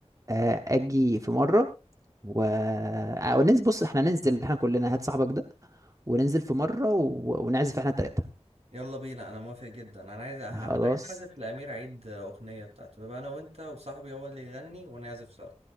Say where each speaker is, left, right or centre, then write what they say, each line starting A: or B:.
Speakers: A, on the right (about 30°); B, on the right (about 70°).
A: آه اجي في مره و آه وننزل بص احنا ننزل احنا كلنا هات صاحبك ده وننزل في مره و... ونعزف احنا التلاته
B: يلا بينا انا موافق جدا انا عايز أه... انا
A: خلاص
B: عايز اعزف لامير عيد اغنية بتاعته يبقى انا وانت وصاحبي هو اللي يغني ونعزف سوا